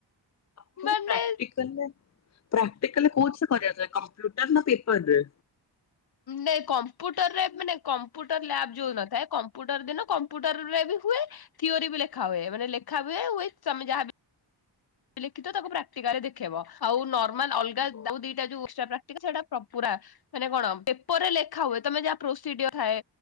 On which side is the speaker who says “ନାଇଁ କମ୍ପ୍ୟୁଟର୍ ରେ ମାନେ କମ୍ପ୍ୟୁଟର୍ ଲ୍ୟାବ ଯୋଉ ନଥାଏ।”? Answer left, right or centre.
Left